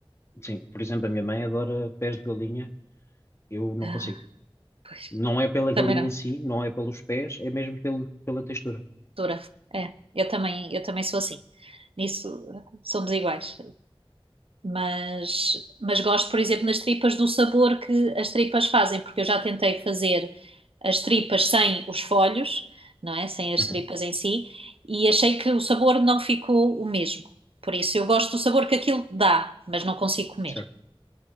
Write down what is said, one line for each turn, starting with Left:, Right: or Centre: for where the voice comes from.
Left: Sim, por exemplo, a minha mãe adora pés de galinha, eu não
Right: Ah,
Left: consigo.
Right: pois,
Left: Não é pela galinha
Right: também não.
Left: em si, não é pelos pés, é mesmo pelo, pela textura.
Right: Dura. É, eu também, eu também sou assim. Nisso eh, somos iguais. Mas, mas gosto, por exemplo, nas tripas do sabor que as tripas fazem, porque eu já tentei fazer as tripas sem os folhos, não é? Sem as
Left: Uhum,
Right: tripas em si, e achei que o sabor não ficou o mesmo. Por isso, eu gosto do sabor que aquilo dá, mas não consigo comer.
Left: certo,